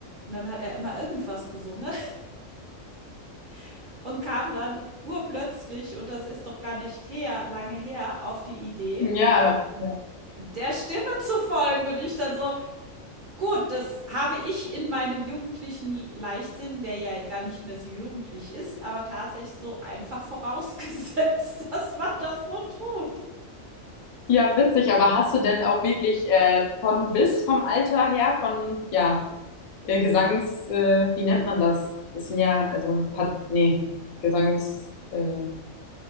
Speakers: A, on the right; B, on the left.
A: Und dann hat er immer irgendwas gesungen <laughs> und kam dann urplötzlich, und das ist doch gar nicht her, lange her, auf die Idee,
B: ja, ja.
A: der Stimme zu folgen. Und ich dann so, gut, das habe ich in meinem jugendlichen Leichtsinn, der ja gar nicht mehr so jugendlich ist, aber tatsächlich so einfach vorausgesetzt, <laughs> dass man das so tut.
B: Ja, witzig, aber hast du denn auch wirklich äh, von bis vom Alter her, von, ja, äh, Gesangs, äh, wie nennt man das? Das sind ja, also, Pat nee, Gesangs, äh,